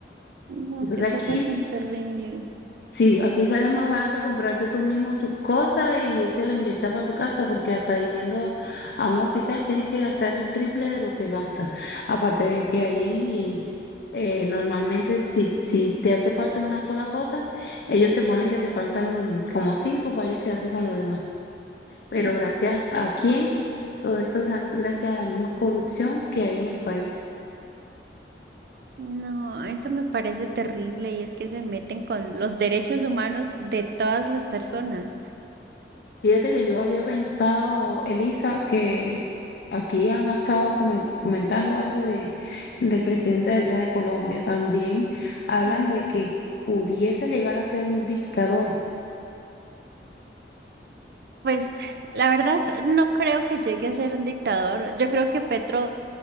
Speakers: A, on the right (about 55°); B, on the left (about 55°).
A: No,
B: Entonces
A: qué cosa
B: aquí
A: tan terrible.
B: Sí, aquí sale más barato comprarte tú mismo tus cosas y te lo inyectas para tu casa, porque hasta yendo a un hospital tienes que gastar el triple de lo que gastas. Aparte de que ahí eh, normalmente si, si te hace falta una sola cosa, ellos te ponen que te faltan como cinco para ellos quedarse con lo demás. Pero
A: Mm.
B: gracias a quién, todo esto es gan- gracias a la misma corrupción que hay en el país.
A: No, eso me parece terrible y es que se meten con los derechos humanos de todas las personas.
B: Fíjate que yo había pensado, Elisa, que aquí han estado comen- comentando algo de, del presidente de allá de Colombia. También hablan
A: Mm.
B: de que pudiese llegar a ser un dictador.
A: Pues la verdad no creo que llegue a ser un dictador. Yo creo que Petro